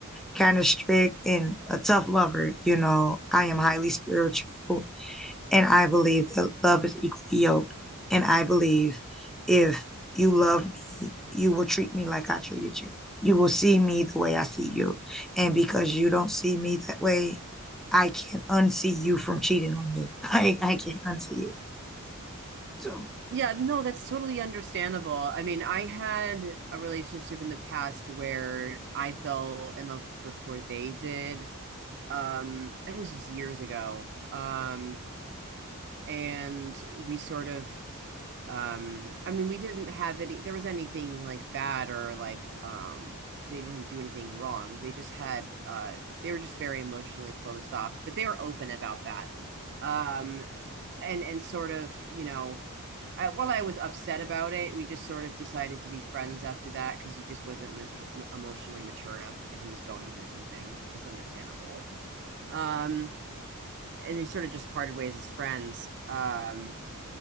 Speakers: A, in the centre; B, on the right.
A: kind of strict and a tough lover, you know. I am highly spiritual. And I believe that love is equally yoked. And I believe if you love me, you will treat me like I treated you. You will see me the way I see you. And because you don't see me that way, I can't unsee you from cheating on me. <laughs> I, I can't unsee it. So,
B: Yeah, no, that's totally understandable. I mean, I had a relationship in the past where I fell in love before they did. Um, I think this was years ago. Um, and we sort of um, I mean, we didn't have any, there was anything like bad or like, um, they didn't do anything wrong. They just had, uh, they were just very emotionally closed off, but they were open about that. Um, and, and sort of, you know, I, while I was upset about it, we just sort of decided to be friends after that because he just wasn't mature, emotionally mature enough, and he was going through some things, which is understandable. Um, and we sort of just parted ways as friends. Um,